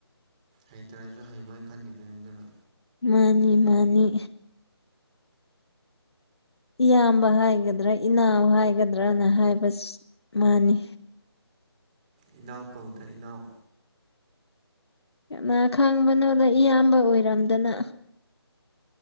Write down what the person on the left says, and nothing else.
ꯃꯥꯅꯤ ꯃꯥꯅꯤ ꯏꯌꯥꯝꯕ ꯍꯥꯏꯒꯗ꯭ꯔꯥ ꯏꯅꯥꯎ ꯍꯥꯏꯒꯗ꯭ꯔꯅ ꯍꯥꯏꯕ ꯃꯥꯅꯤ
ꯀꯅꯥ ꯈꯪꯕꯅꯣꯗ ꯏꯌꯥꯝꯕ ꯑꯣꯏꯔꯝꯗꯅ